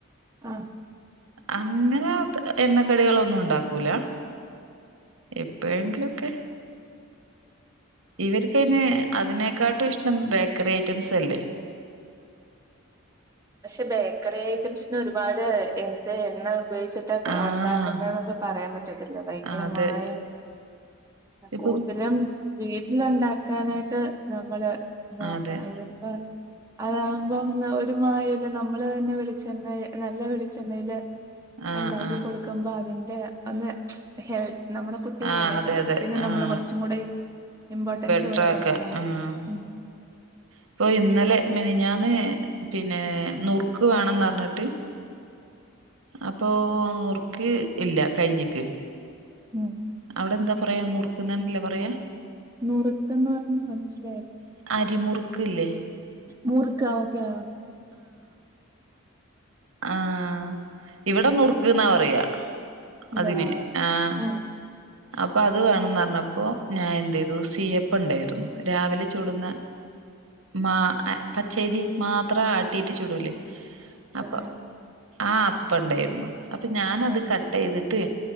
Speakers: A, on the right (about 15°); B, on the right (about 70°).
A: <unintelligible> ആ
B: അങ്ങനെ എണ്ണക്കടികളൊന്നും ഉണ്ടാക്കൂല. എപ്പഴെങ്കിലൊക്കെ. ഇവർക്കതിന് അതിനേക്കാട്ടും ഇഷ്ടം ബേക്കറി ഐറ്റംസ് അല്ലേ?
A: പക്ഷേ ബേക്കറി ഐറ്റംസിന് ഒരുപാട് എന്ത് എണ്ണ ഉപയോഗിച്ചിട്ടാ
B: ആഹ്
A: ഉണ്ടാക്കുന്നേന്നൊക്കെ പറയാൻ പറ്റത്തില്ല ഭയങ്കര
B: അതെ
A: മായം
B: ഇപ്പം
A: കൂടുതലും വീട്ടില് ഉണ്ടാക്കാനായിട്ട് നമ്മള് നോക്കണം
B: അതെ
A: ഇതിപ്പോ അതാകുമ്പം ഒരു മായമില്ല നമ്മള് തന്നെ വിളിച്ചെണ്ണ നല്ല വെളിച്ചെണ്ണയില്
B: ആഹ്
A: ഇണ്ടാക്കി
B: ആഹ്
A: കൊടുക്കുമ്പോ അതിന്റെ ഒന്ന് ഹെൽത്ത് നമ്മുടെ കുട്ടികളല്ലേ
B: ആഹ് അതെ
A: ഹെൽത്തിന്
B: അതെ
A: നമ്മള്
B: ആഹ്
A: കുറച്ചും കൂടി ഇമ്പോർട്ടൻസ്
B: ബെട്രാക്ക
A: കൊടുക്കണല്ലോ
B: ആഹ്
A: ഉം
B: ഇപ്പൊ ഇന്നലെ മെനിഞ്ഞന്ന് പിന്നെ നുറുക്ക് വേണംന്ന് പറഞ്ഞിട്ട് അപ്പൊ നറുക്ക് ഇല്ല കഴിഞ്ഞിക്ക്
A: ഉം
B: അവിടെ എന്താ പറയാ നോർക്കുന്നല്ലേ പറയാ
A: നുറുക്കന്ന് പറഞ്ഞഞ് മനസ്സിലായില്ലോ
B: അരിമുറുക്കല്ലേ
A: മുർക്കഓക്കെ
B: ആഹ ഇവിടെ നുറുക്കുന്നാ പറയാ
A: അതെ
B: അതിന് ആഹ
A: ആഹ്
B: അപ്പൊ അത് വേണംന്ന് പറഞ്ഞപ്പോ ഞാൻ എന്ത് ചെയ്തു സിയപ്പ ഉണ്ടായിരുന്നു രാവിലെ ചുടുന്ന മാ പച്ചേരി മാത്രം ആട്ടീട്ട് ചുടൂലേ അപ്പൊ
A: ഊം
B: ആ അപ്പ ഉണ്ടായിരുന്നു അപ്പൊ ഞാനത്
A: ഉം
B: കട്ട് ചെയ്തിട്ട്